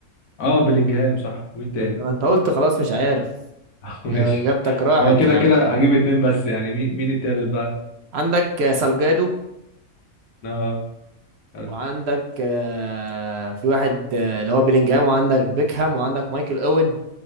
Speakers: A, on the left; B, on the right.
A: اه بلينجهام صح مين تاني
B: طب انت قلت خلاص مش عارف
A: <laughs> ماشي
B: اجابتك راحت
A: هو كده
B: يا عم
A: كده هجيب اتنين بس يعني مين مين التالت بقى
B: عندك آه، سالجادو
A: اه يلا.
B: وعندك آه، في واحد آه، اللي هو بيلينجهام وعندك بيكهام وعندك مايكل اوين